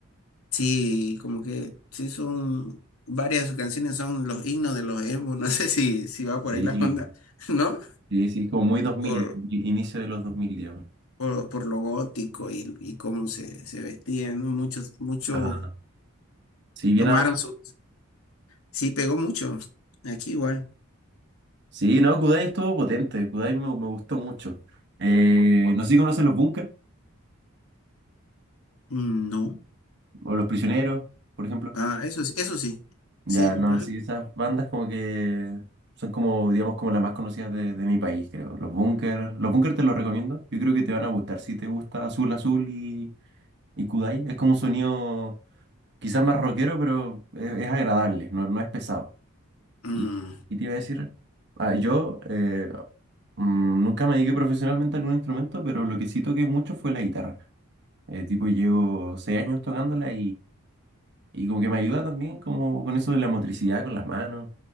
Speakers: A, on the left; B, on the right.
A: Sí, como que sí son varias de sus canciones son los himnos de los emo. <laughs> No sé si, si va por
B: Sí,
A: ahí la onda, <laughs> ¿no?
B: sí, sí, como muy 2000,
A: Por,
B: i- inicio de los 2000 digamos.
A: por, por lo gótico y, y cómo se, se vestían, ¿no? Muchos, muchos
B: Ajá. Sí, bien
A: tomaron
B: adolescente.
A: su... Sí, pegó mucho. Aquí igual.
B: Sí, no, Kudai estuvo potente, Kudai me, me gustó mucho. Eh, no sé si conoces los Bunker
A: Mm, No,
B: o los Prisioneros, por ejemplo.
A: ah, eso, sí- eso sí,
B: Ya,
A: sí, lo-
B: no, sí, esas bandas como que son como, digamos, como las más conocidas de, de mi país, creo. Los Bunkers, los Bunkers te los recomiendo. Yo creo que te van a gustar si te gusta Azul Azul y, y Kudai. Es como un sonido quizás más rockero, pero es, es agradable, no, no es pesado.
A: mm,
B: ¿Y, y te iba a decir? Ah, yo eh, mm, nunca me dediqué profesionalmente a algún instrumento, pero lo que sí toqué mucho fue la guitarra. Eh, tipo, llevo seis años tocándola y como que me ayuda también como con eso de la motricidad con las manos